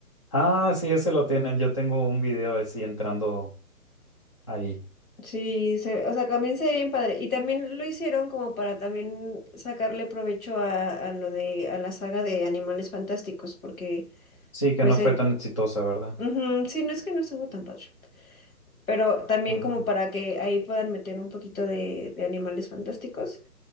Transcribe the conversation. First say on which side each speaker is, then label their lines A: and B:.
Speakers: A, on the left (about 20°); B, on the left (about 65°).
A: Ah, sí, ese lo tienen. Yo tengo un video así entrando ahí.
B: Sí, se- o sea, también se ve bien padre. Y también lo hicieron como para también sacarle provecho a, a lo de, a la saga de Animales Fantásticos, porque
A: Sí, que
B: pues,
A: no fue
B: eh,
A: tan exitosa, ¿verdad?
B: ujú, sí, no es que no estuvo tan padre, pero también
A: Ajá,
B: como para que ahí puedan meter un poquito de, de Animales Fantásticos.